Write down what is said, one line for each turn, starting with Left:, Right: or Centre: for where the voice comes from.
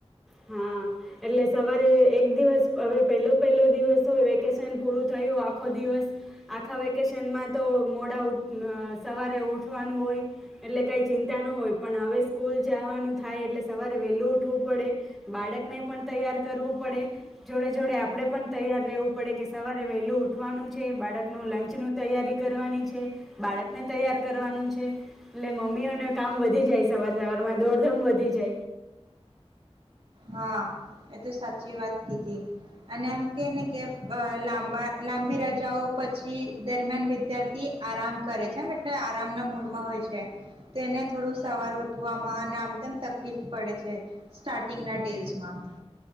Centre: હા એટલે સવારે એક. દિવસ હવે પહેલો. પેલો દિવસ થય વેકેશન પૂરું થયું. આખો દિવસ આ. આખા વેકેશનમાં તો મોડા સવારે ઉઠવાનું હોય એટલે કાંઈ ચિંતા ન હોય પણ હવે સ્કૂલ જવાનું થાય એટલે સવારે વહેલું ઉઠવું પડે બાળકને પણ તૈયાર કરવું પડે જોડે જોડે આપડે પણ તૈયાર રહેેવું પડે કે સવારે વહેલું ઉઠવાનું છે બાળકનું લંચ ન તૈયારી કરવાની છે બાળકને તૈયાર કરવાનું છે એટલે મમ્મીઓને કામ વધી જાય સવાર સવારમાં દોડધમ વધી જાય.
Right: હા એ તો સાચી વાત કીધી અને એમ કે ને કે લાંબા લાંબી રજાઓ પછી દરમિયાન વિદ્યાર્થી આરામ કરે છે એમ એટલે આરામના મૂળમાં હોય છે તો એને થોડું સવાર ઉઠવામાં અને આમ તેમ તકલીફ પડે છે સ્ટાર્ટ. <unintelligible> ટેસમાં.